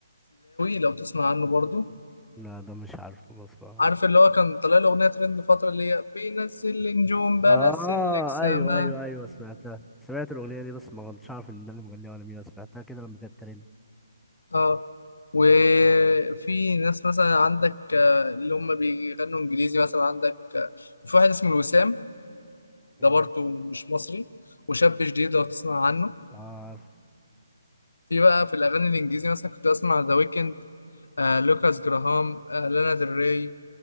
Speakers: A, on the left; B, in the centre.
A: لو تسمع عنه برضو
B: لا ده مش عارف بسمعه
A: عارف اللي هو كان طالع له اغنيه ترند فتره اللي هي بينزل لي نجوم بنزل
B: اه
A: لك سما
B: ايوه ايوه ايوه سمعتها سمعت الاغنيه دي بس ما كنتش عارف ان ده اللي مغنيها ولا مين أنا سمعتها كده لما كانت ترند
A: اه وفي ناس مثلا عندك آه، اللي هم بيغنوا انجليزي مثلا عندك آه، في واحد اسمه الوسام
B: مم.
A: ده برضه مش مصري وشاب جديد لو تسمع عنه
B: اه عارف
A: في بقى في الأغاني الإنجليزي مثلا كنت بسمع ذا ويكند آه، لوكاس جراهام آه، لانا ديل ري